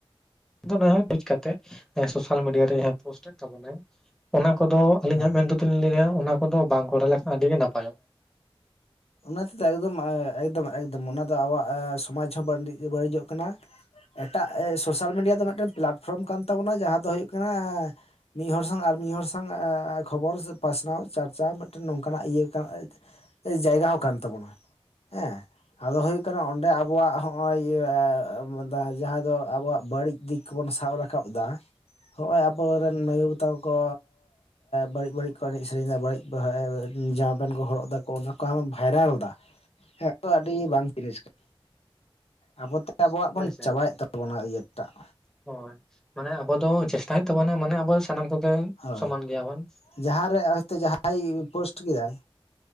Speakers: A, in the centre; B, on the left.
A: ᱟᱫᱚ ᱱᱮᱦᱚᱭ ᱵᱩᱡ ᱠᱟᱛᱮᱜ ᱥᱳᱥᱟᱞ ᱢᱤᱰᱤᱭᱟ ᱨᱮ ᱡᱟᱦᱟᱸ ᱯᱳᱥᱴ ᱮᱫ ᱛᱟᱵᱚᱱᱟ ᱚᱱᱟ ᱠᱚᱫᱚ ᱟᱹᱞᱤᱧᱟᱜ
B: ᱦᱮᱸ
A: ᱢᱮᱱᱛᱮᱫᱚ ᱞᱤᱧ ᱞᱟ. ᱭᱟ ᱚᱱᱟ ᱠᱚᱫᱚ ᱵᱟᱝ ᱠᱚᱨᱟᱣ ᱞᱮᱠᱷᱟᱱ ᱟᱹᱰᱤ ᱜᱮ ᱱᱟᱯᱟᱭᱚᱜ
B: ᱚᱱᱟ ᱛᱮᱫᱚ ᱮᱠᱫᱚᱢ ᱮᱠᱫᱚᱢ ᱮᱠᱫᱚᱢ ᱚᱱᱟᱫᱚ ᱟᱵᱚᱣᱟᱜ ᱥᱚᱢᱟᱡᱽ ᱦᱚᱸ ᱵᱟᱹᱲᱤᱡᱚᱜ ᱠᱟᱱᱟ᱾ ᱮᱴᱟᱜ ᱮ ᱥᱳᱥᱟᱞ ᱢᱤᱰᱤᱭᱟ ᱫᱚ ᱢᱤᱫᱴᱮᱱ ᱯᱞᱟᱴᱯᱷᱨᱚᱢ ᱠᱟᱱ ᱛᱟᱵᱚᱱᱟ ᱡᱟᱦᱟᱸ ᱫᱚ ᱦᱩᱭᱩᱜ ᱠᱟᱱᱟ ᱢᱤᱫ ᱦᱚᱲ ᱥᱟᱶ ᱟᱨ ᱢᱤᱫ ᱦᱚᱲ ᱥᱟᱶ ᱠᱷᱚᱵᱚᱨ ᱯᱟᱥᱱᱟᱣ ᱪᱟᱨᱪᱟᱣ ᱢᱤᱫᱴᱮᱱ ᱱᱚᱝᱠᱟᱱᱟᱜ ᱤᱭᱟᱹ ᱠᱟᱱᱟ ᱡᱟᱸᱭᱜᱟ ᱦᱚᱸ ᱠᱟᱱ ᱛᱟᱵᱚᱱᱟ ᱦᱮᱸ ᱟᱫᱚ ᱦᱩᱭᱩᱜ ᱠᱟᱱᱟ ᱚᱸᱰᱮ ᱟᱵᱚᱣᱟᱜ ᱦᱚᱸᱜᱼᱚᱭ ᱤᱭᱟ. ᱡᱟᱦᱟᱸ ᱫᱚ ᱟᱵᱚᱣᱟᱜ ᱵᱟᱹᱲᱤᱡ ᱫᱤᱠ ᱵᱟᱵᱚᱱ ᱥᱟᱵ ᱨᱟᱠᱟᱵ ᱮᱫᱟ ᱦᱚᱜᱚᱭ ᱟᱵᱚᱨᱮᱱ ᱢᱟᱹᱭ ᱵᱟᱵᱩ ᱛᱮᱠᱚ ᱠᱚ ᱵᱟᱹᱲᱤᱡ ᱵᱟᱹᱲᱤᱡ ᱠᱚ ᱮᱱᱮᱡ ᱥᱮᱨᱮᱧ ᱮᱫᱟ ᱵᱟᱹᱲᱤᱡ ᱡᱟᱢᱟ ᱯᱮᱱᱴ ᱠᱚ ᱦᱚᱨᱚᱜ ᱫᱟᱠᱚ ᱚᱱᱟ ᱠᱚ ᱟᱢᱮᱢ ᱵᱷᱟᱭᱨᱟᱞ ᱮᱫᱟ ᱦᱮᱸ ᱛᱚ ᱟᱹᱰᱤ ᱵᱟᱝ ᱛᱤᱨᱤᱥ ᱠᱟᱱᱟ <unintelligible> ᱟᱵᱚᱛᱮ ᱟᱵᱚᱣᱟᱜ ᱵᱚᱱ
A: ᱦᱳᱭ ᱥᱮ
B: ᱪᱟᱵᱟᱭᱮᱫ ᱛᱟᱵᱚᱱᱟ ᱤᱭᱟᱹᱴᱟᱜ
A: ᱦᱳᱭ ᱢᱟᱱᱮ ᱟᱵᱚ ᱫᱚ ᱪᱮᱥᱴᱟᱭ ᱦᱩᱭᱩᱜ ᱛᱟᱵᱚᱱᱟ ᱢᱟᱱᱮ ᱟᱵᱚ ᱥᱟᱱᱟᱢ ᱠᱚᱜᱮ
B: ᱦᱳᱭ
A: ᱥᱚᱢᱟᱱ ᱜᱮᱭᱟ ᱵᱚᱱ
B: ᱡᱟᱦᱟᱸᱨᱮ ᱦᱚᱭᱛᱳ ᱡᱟᱦᱟᱸᱭ ᱯᱳᱥᱴ ᱠᱮᱫᱟᱭ